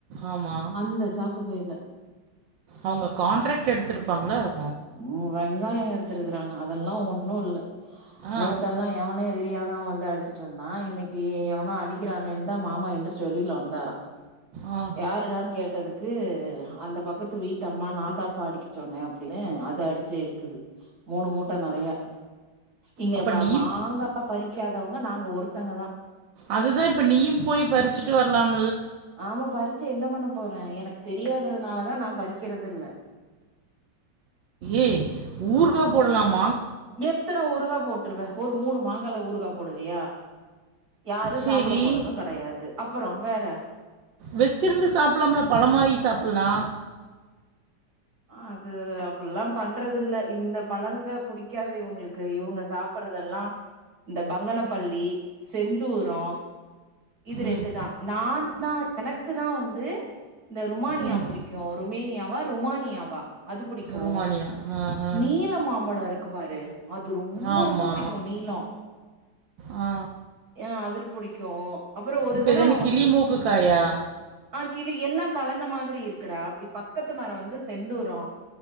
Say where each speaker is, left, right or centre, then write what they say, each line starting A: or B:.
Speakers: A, on the right; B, on the right.
A: ஆமா
B: அந்த சாக்கு பைல
A: அவங்க காண்டட்ராக்ட் எடுத்திருப்பாங்களோ இரு
B: ம் வெங்காய எடுத்திருக்கறாங்க அதெல்லா ஒண்ணு இல்ல நேத்தெல்லா
A: ஆ
B: எவனே தெரியாதாவ வந் டிச்சிட்ருந்தான் இன்னைக்க எவனோ அடிக்கிறானேன்னு தா மாமா எந்துச்சி வெளில வந்தாரா
A: ஆ
B: யாருடான் கேட்டதுக் கு அந்த பக்கத்து வீட்டு அம்மா நாந்தா பா அடிக்க சொன்னே அப்ப அப்டின்னு அத அடிச்சு எடுக்குது மூணு மூட்ட நெறையா இங்க
A: அப்ப
B: ப
A: நீயும்
B: மாங்கா பறிக்காதவங்க நாங்க ஒருத்தங்க தா
A: அதுதா இப்ப நீயு போய் பறிச்சுட்டு வரலாம்
B: ஆமா பறிச்சு என்ன பண்ணப் போறே எனக்கு தெரியாததுனாலதா நா பறிக்கறது இல்ல
A: ஏ ஊருகா போடலாம்
B: எத்தனை ஊருகாய போட்டுருவ ஒரு மூணு மாங்கால ஊருகா போடுவியா யாரு
A: சேரி
B: சாப்பட போறது கெடையாது அப்பற வேற
A: வச்சிருந்து சாப்பலாம்ல பழமாய் சாப்பலா
B: அது அப்பில்லா பண்றதில்ல இந்த பழங்க புடிக்காது இவங்ளுக்கு இவுங்க சாப் பறதெல்லா இந்த பங்கனப்பள்ளி செந்தூரோ இது
A: ம்
B: ரெண்டு தா நா தா எனக்கு தா வந்து இந்த ருமானியா
A: ம்
B: புடிக்கு ருமேனியாவா ருமானியாவா அது புடிக்கு
A: ருமானியா ஆ ஆ
B: நீள மாம்பழோ இருக்கு பாரு அது ரொம்ப
A: ஆமா
B: ரொம்ப புடிக்கு நீளோ
A: ஆ
B: எ அது ரு புடி க்கு அப்பறோ ஒரு
A: இப்ப
B: தரோ
A: இது என்ன கிளி மூக்கு காயா
B: அ கிளி எல்லா கலந்த மாதிரி இருக்குடா ப் பக்கத்து மர வந்து செந்தூரோ